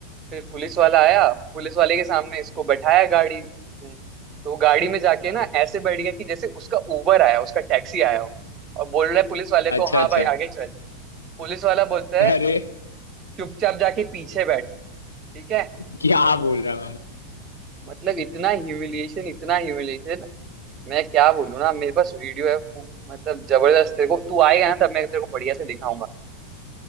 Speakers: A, on the right; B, on the left.
A: फिर पुलिस वाला आया पुलिस वाले के सामने इसको बैठाया गाड़ी में। तो गाड़ी में जाके ना ऐसे बैठ गया कि जैसे उसका उबर आया उसका टैक्सी आया हो और बोल रहा है पुलिस वाले को
B: अच्छा
A: हाँ
B: अच्छा
A: भाई आगे चल पुलिस वाला बोलता
B: अरे
A: है चुपचाप जाके पीछे बैठ ठीक है
B: क्या बोल रहा है
A: मतलब इतना ह्यूमिलिएशन इतना ह्यूमिलिएशन मैं क्या बोलूँ ना मेरे पास वीडियो है पू- मतलब जबरदस्त तेरे को तू आएगा ना तब मैं तेरे को बढ़िया से दिखाऊंगा